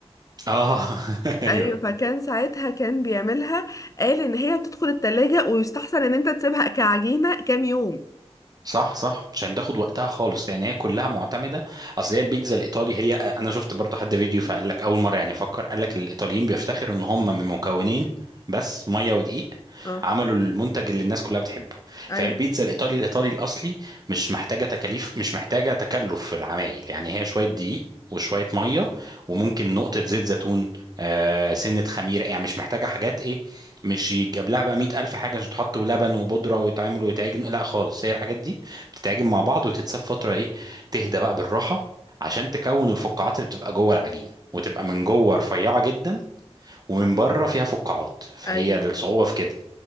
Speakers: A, on the right; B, on the left.
A: اه <laughs> ايوه
B: ايوه فكان ساعتها كان بيعملها قال ان هي بتدخل التلاجة ويستحسن ان انت تسيبها كعجينه كام يوم
A: صح صح عشان تاخد وقتها خالص لان هي كلها معتمده اصل هي البيتزا الايطالي هي انا شفت برضو حد فيديو فقال لك اول مره يعني فكر قال لك الايطاليين بيفتخروا ان هم من مكونين بس ميه ودقيق
B: اه
A: عملوا المنتج اللي الناس كلها بتحبه
B: ايوه
A: فهي البيتزا الايطالي الايطالي الاصلي مش محتاجه تكاليف مش محتاجه تكلف في العمايل يعني هي شويه دقيق وشويه ميه وممكن نقطه زيت زيتون آه سنه خميره يعني مش محتاجه حاجات ايه مش يتجاب لها بقى 100000 حاجه عشان تحط ولبن وبودره ويتعمل ويتعجن لا خالص هي الحاجات دي تتعجن مع بعض وتتساب فتره ايه تهدى بقى بالراحه عشان تكون الفقاعات اللي بتبقى جوه العجينه وتبقى من جوه رفيعه جدا ومن بره فيها فقاعات فهي
B: ايوه
A: الصعوبه في كده